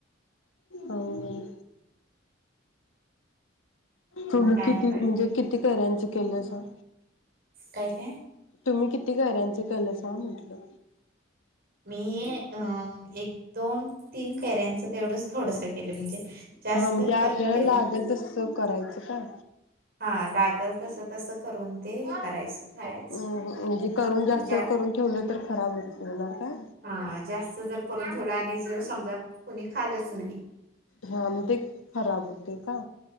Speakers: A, on the left (about 90°); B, on the right (about 50°).
A: हो हो. तुम्ही
B: मग काय
A: किती,
B: नाही बाकी
A: म्हणजे किती कैर्यांची केलायसां.
B: काय ते?
A: तुम्ही किती कैऱ्यांची केलायसा म्हटलं
B: मी अ अं एक दोन तीन कैऱ्यांचं तेवढंच थोडसं केलं म्हणजे जास्त
A: हा म्हणजे आपल्याला
B: करून ठेवलं
A: लागेल तसं करायचं काय,
B: हा लागल तस तसं करून ते हे करायचं. खायचं
A: अ म्हणजे करून जास्त,
B: जा
A: करून ठेवलं तर खराब होणार काय?
B: हा जास्त जर करून ठेवलं आणि जर समजा कोणी खालच नाही
A: हा म ते खराब होतय का?